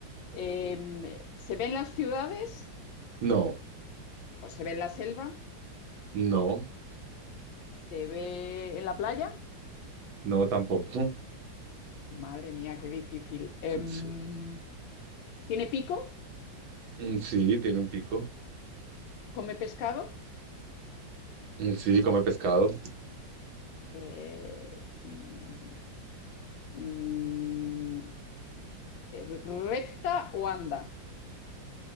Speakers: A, on the left; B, on the right.
A: Em, ¿se ven las ciudades?
B: No,
A: ¿O se ve en la selva?
B: no,
A: ¿Se ve en la playa?
B: no tampoco. <laughs>
A: Madre mía, qué difícil. Em,
B: Sí,
A: ¿tiene pico?
B: Mm, sí, tiene un pico.
A: ¿Come pescado?
B: Mm, Sí, come pescado.
A: Eh, mm, mm, eh, ¿recta o anda?